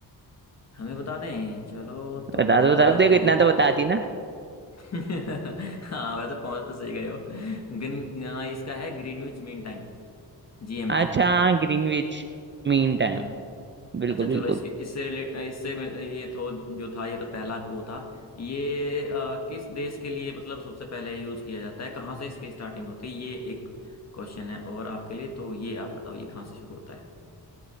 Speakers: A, on the left; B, on the right.
A: हमें बता दें चलो तो
B: बता
A: हम
B: दो बता
A: बताते
B: दो देखो
A: हैं
B: इतना तो बता दिए ना
A: <laughs> हाँ वैसे पहुंच तो सही गए हो गिन इसका है ग्रीनविच मीन टाइम जीएमटी
B: अच्छा ग्रीनविच मीन टाइम
A: हम्म।
B: बिल्कुल
A: अच्छा
B: बिल्कुल
A: चलो इसके इससे रिलेट इससे मैं- ये तो जो था ये तो पहला वो था ये अ, किस देश के लिए मतलब सबसे पहले यूज किया जाता है कहाँ से इसकी स्टार्टिंग होती है ये एक क्वेश्चन है और आपके लिए तो ये आप बताओ ये कहाँ से शुरू होता है